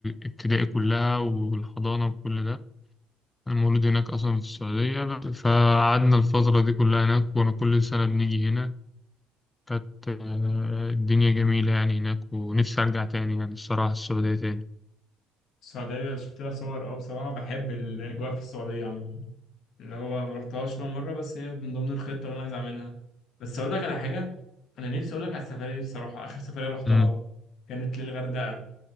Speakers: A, on the left; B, on the left.
A: ابتدائي كلها والحضانة وكل ده أنا مولود هناك أصلا في السعودية فقعدنا الفترة دي كلها هناك كنا كل سنة بنيجي هنا كانت آه، الدنيا جميلة يعني هناك ونفسي أرجع تاني يعني الصراحة السعودية تاني
B: السعودية شفت لها صور أه بصراحة بحب الأجواء في السعودية عموما اللي هو ما رحتهاش ولا مرة بس هي من ضمن الخطة اللي أنا عايز أعملها بس أقول لك على حاجة أنا نفسي أقول لك على السفرية دي بصراحة آخر سفرية رحتها
A: امم
B: كانت للغردقة